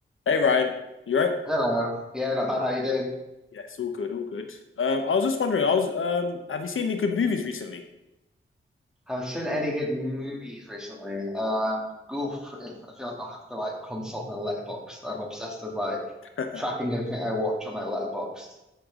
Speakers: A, on the left; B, in the centre.
A: Hey Ryan, you right?
B: Hello. Yeah, not bad. How you doing?
A: Yes, all good, all good. Um, I was just wondering, I was um, have you seen any good movies recently?
B: Have seen any good movies recently? Um, oof, if- I feel like I'll have to like consult my letterbox. I'm obsessed with like
A: <laughs>
B: tracking everything I watch on my letterbox.